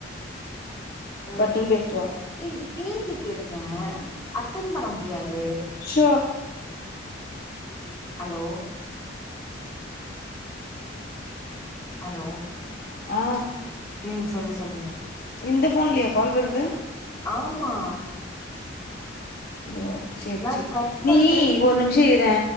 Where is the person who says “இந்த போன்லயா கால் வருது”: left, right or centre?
Left